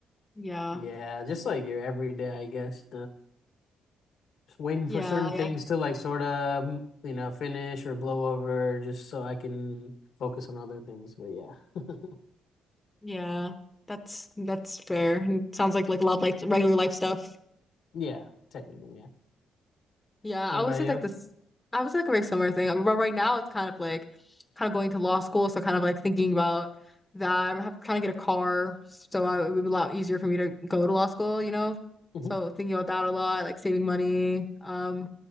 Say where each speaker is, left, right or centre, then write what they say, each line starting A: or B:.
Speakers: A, on the left (about 15°); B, on the left (about 70°).
A: Yeah,
B: Yeah, just like your everyday, I guess. waiting
A: yeah,
B: for certain things
A: yeah,
B: to like sort of, mm, you know, finish or blow over just so I can focus on other things. But yeah. <laughs>
A: yeah. That's that's fair. It sounds like like love, like regular life stuff.
B: Yeah, technically, yeah.
A: Yeah,
B: What
A: I
B: about
A: would say
B: you?
A: like this. I would say like a very similar thing. I mean, but right now, it's kind of like kind of going to law school, so kind of like thinking about that. I'm have, trying to get a car, so I, it would be a lot easier for me to go to law school, you know.
B: Mhm.
A: So thinking about that a lot, like saving money, um,